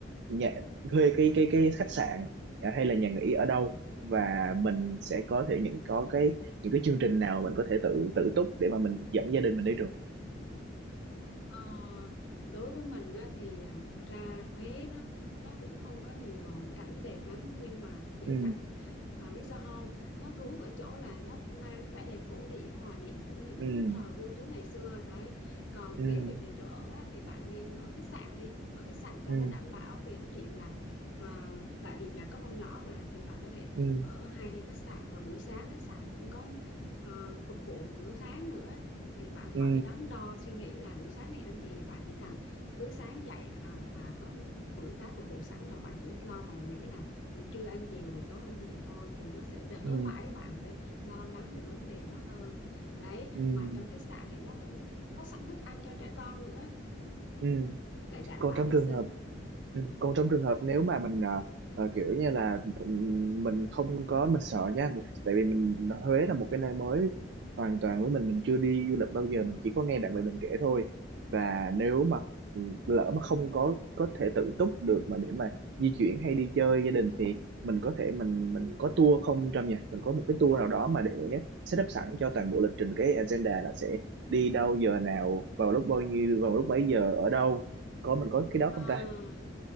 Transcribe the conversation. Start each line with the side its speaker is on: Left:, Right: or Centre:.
Right: nhà thuê cái cái cái khách sạn à, hay là nhà nghỉ ở đâu và mình sẽ có thể những có cái những cái chương trình nào mình có thể tự tự túc để mà mình dẫn gia đình mình đi được
Left: Ờ, đối với mình á, thì à, thật ra Huế nó nó cũng không có nhiều à, cảnh đẹp lắm nhưng mà chỉ
Right: ừ
Left: chẳng bà biết sao không nó thu hút ở chỗ là nó mang cái vẻ đẹp cổ điển hòa niệm của những
Right: ừ
Left: thời vua chúa ngày xưa đấy còn
Right: ừ
Left: nếu về về chỗ ở á, thì bạn nên ở khách sạn đi ở khách sạn cho
Right: ừ
Left: nó đảm bảo về cái chuyện là à, tại vì nhà có con nhỏ mà thì bạn có thể
Right: ừ
Left: ở hai đêm khách sạn và buổi sáng khách sạn cũng có à, phục vụ bữa sáng nữa thì bạn
Right: ừ
Left: khỏi phải đắn đo suy nghĩ là buổi sáng nay ăn gì bạn chỉ cần cứ sáng dậy à à có bữa sáng phục vụ sẵn rồi bạn chỉ lo vào nghĩ là buổi trưa ăn gì và buổi tối ăn gì thôi thì nó sẽ đỡ
Right: ừ
Left: phải bạn phải lo lắng về vấn đề đó hơn đấy
Right: ừ
Left: mà trong khách sạn thì nó cũng có sẵn thức ăn cho trẻ con nữa
Right: ừ
Left: lại đảm
Right: Còn
Left: bảo
Right: trong
Left: vệ
Right: trường
Left: sinh
Right: hợp Ừ, Còn trong trường hợp nếu mà mình ờ, ờ, kiểu như là th- mình không có mình sợ nha một- tại vì mình Huế là một cái nơi mới hoàn toàn với mình mình chưa đi du lịch bao giờ mình chỉ có nghe bạn bè mình kể thôi và nếu mà ừ, lỡ mà không có có thể tự túc được mà để mà di chuyển hay đi chơi gia đình thì mình có thể mình mình có tour không trong nhà mình có một cái tour nào đó mà để setup sẵn cho toàn bộ lịch trình cái agenda là sẽ đi đâu giờ nào vào lúc bao nhiêu vào lúc mấy giờ ở đâu có mình có cái đó
Left: à
Right: không ta